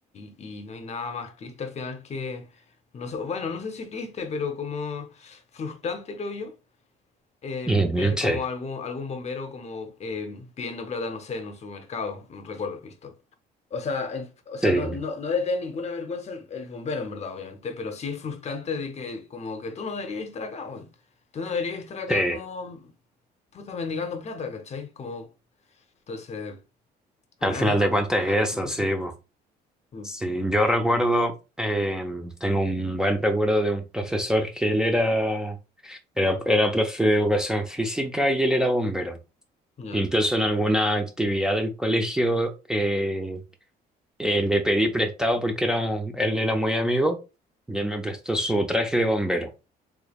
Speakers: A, on the left (about 40°); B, in the centre.
A: y- y no hay nada más triste al final que, no sé, bueno, no sé si triste, pero como frustrante, creo yo, em,
B: ujú,
A: ver
B: sí,
A: como algún, algún bombero como em, pidiendo plata, no sé, en un supermercado, no recuerdo haber visto. O sea, en- o sea,
B: sí,
A: no, no, no debe tener ninguna vergüenza el, el bombero, en verdad, obviamente, pero sí es frustrante de que como que tú no deberías estar acá, weón. Tú no deberías estar acá
B: sí.
A: como puta mendigando plata, ¿cachai? Como, entonces, me
B: Al
A: da
B: final
A: lata,
B: de
A: weón,
B: cuentas
A: me da
B: es
A: lata, me
B: eso,
A: da mucha
B: sí.
A: lata.
B: po.
A: Mm,
B: Sí, yo recuerdo, eh, tengo un buen recuerdo de un profesor que él era, era, era profe de educación física y él era bombero.
A: ya.
B: Incluso en alguna actividad del colegio eh, eh, le pedí prestado porque éramos- él era muy amigo y él me prestó su traje de bombero.